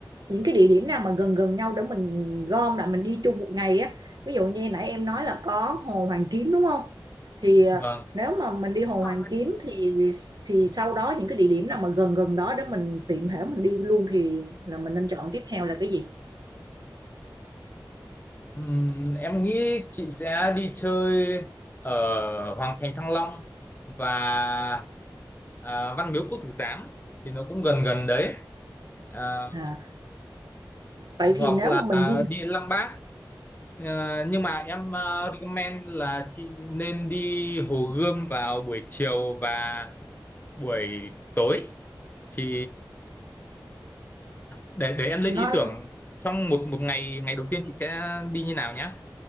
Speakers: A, on the right; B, on the left.
A: những cái địa điểm nào mà gần gần nhau để mình gom lại mình đi chung một ngày á ví dụ như nãy em nói là có Hồ Hoàn Kiếm đúng không thì à,
B: vâng
A: nếu mà mình đi Hồ Hoàn
B: Ờ,
A: Kiếm thì thì sau đó những cái địa điểm nào mà gần gần đó để mình tiện thể mình đi luôn thì là mình nên chọn tiếp theo là cái gì
B: Ừm, em nghĩ chị sẽ đi chơi ở Hoàng Thành Thăng Long và à, Văn Miếu Quốc Tử Giám thì nó cũng gần gần đấy À,
A: à, vậy
B: hoặc
A: thì nếu
B: là
A: mà mình di
B: đi Lăng Bác Ờ, nhưng mà em ờ, recommend là chị nên đi Hồ Gươm vào buổi chiều và buổi tối thì để để em lên
A: nó
B: ý tưởng trong một một ngày ngày đầu tiên chị sẽ đi như nào nhá